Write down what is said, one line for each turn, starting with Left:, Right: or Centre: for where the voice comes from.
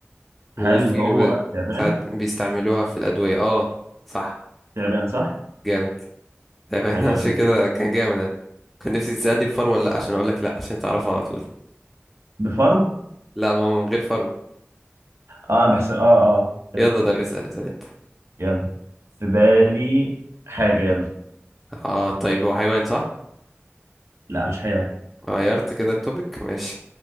Centre: وفي
Right: هل هو
Centre: ب-
Right: تعبان؟
Centre: ساعات بيستعملوها في الادوية اه صح
Right: تعبان صح؟
Centre: جامد تمام
Right: حلو
Centre: <laughs> عشان
Right: أوي
Centre: كده كان جامد يعني كان نفسي تسألني بفر ولا لأ عشان أقول لك لأ عشان تعرفه على طول
Right: بفرو؟
Centre: لا ما هو من غير فرو
Right: اه انا بحسب اه اه فهمت
Centre: يلا ده بيسأل اسأل أنت
Right: يلا في بالي حاجة يلا
Centre: اه طيب هو حيوان صح؟
Right: لا مش حيوان
Centre: غيرت كده التوبيك ماشي